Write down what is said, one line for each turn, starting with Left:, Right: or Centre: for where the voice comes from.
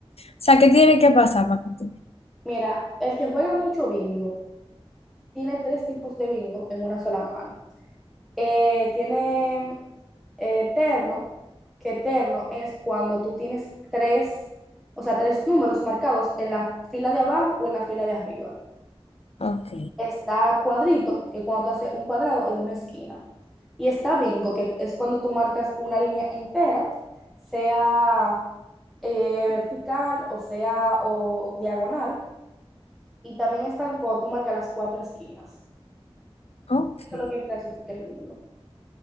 Left: sea, ¿qué tiene que pasar para que tú?
Centre: Mira, el que juega mucho bingo tiene tres tipos de bingo en una sola mano. Eh, tiene eh, terno, que terno es cuando tú tienes tres, o sea, tres números marcados en la fila de abajo o en la fila de arriba.
Left: Ok,
Centre: Está cuadrito, que cuando tú haces un cuadrado en una esquina. Y está bingo, que es cuando tú marcas una línea entera, sea eh, vertical o sea o diagonal. Y también están cuando tú marcas las cuatro esquinas.
Left: ok.
Centre: Eso es lo que clasifica el bingo.